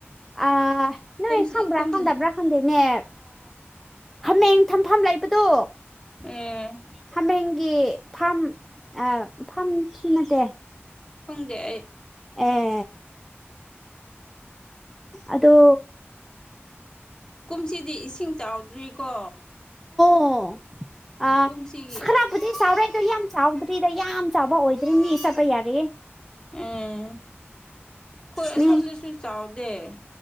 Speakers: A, in the centre; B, on the left.
A: ꯑ ꯅꯣꯏ
B: ꯀꯨꯝꯁꯤ
A: ꯈꯕ꯭ꯔꯥ
B: ꯀꯨꯝꯁꯤ
A: ꯈꯝꯗꯥꯕ꯭ꯔꯥ ꯈꯝꯗꯦꯅꯦ ꯍꯥꯃꯦꯡ ꯊꯝꯐꯝ ꯂꯩꯕꯗꯣ
B: ꯑꯦ
A: ꯍꯥꯃꯦꯡꯒꯤ ꯐꯥꯝ ꯑ ꯐꯥꯔꯝꯁꯨ ꯅꯠꯇꯦ
B: ꯈꯪꯗꯦ ꯑꯩ
A: ꯑꯦ ꯑꯗꯣ
B: ꯀꯨꯝꯁꯤꯗꯤ ꯏꯁꯤꯡ ꯆꯥꯎꯗ꯭ꯔꯤꯀꯣ
A: ꯑꯣ ꯑ
B: ꯀꯨꯝꯁꯤꯒꯤ
A: ꯁꯈꯔꯕꯨꯗꯤ ꯁꯥꯎꯔꯦꯑꯗꯨꯏ ꯌꯥꯝ ꯆꯥꯎꯗ꯭ꯔꯤꯗ ꯌꯥꯝ ꯆꯥꯎꯕ ꯑꯣꯏꯗ꯭ꯔꯤ ꯃꯤ ꯆꯠꯄ ꯌꯥꯔ꯭ꯑꯦ
B: ꯎꯝ ꯑꯩꯈꯣꯏ ꯑꯁꯣꯝꯗꯁꯨ
A: ꯃꯤ
B: ꯆꯥꯎꯗꯦ